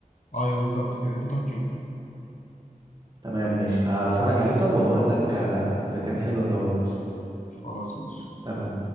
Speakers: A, on the left; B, on the right.
A: ايوه بالظبط كده انت تروح تشوفه
B: تمام ماشي هتفرج عليه طب وهقول لك آه، اذا كان حلو ولا وحش
A: خلاص ماشي
B: تمام